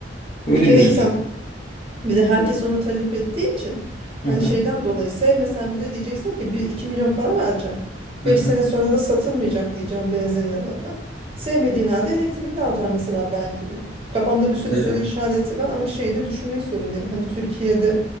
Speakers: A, on the left; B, on the right.
A: öyle
B: Bir kere
A: gözüküyor.
B: insan Bir de herkes ona talep ettiği için hani
A: Hı hı.
B: şeyden dolayı sevmesen bile diyeceksin ki bir iki milyon para vereceğim.
A: Hı
B: beş
A: hı.
B: sene sonra da satılmayacak diyeceğim benzinli araba. Sevmediğin halde elektrikli alacağım mesela ben gibi. Kafamda bir sürü
A: Evet.
B: soru işareti var ama şeyi de düşünmek zorundayım. Hani Türkiye'de